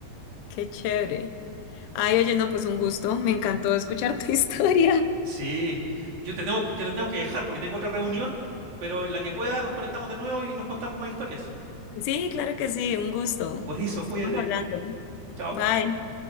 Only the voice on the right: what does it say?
Sí. Yo te tengo, yo te tengo que dejar porque tengo otra reunión, pero en la que pueda nos conectamos de nuevo y nos contamos más historias.
Buenísimo,
cuídate.
Chao.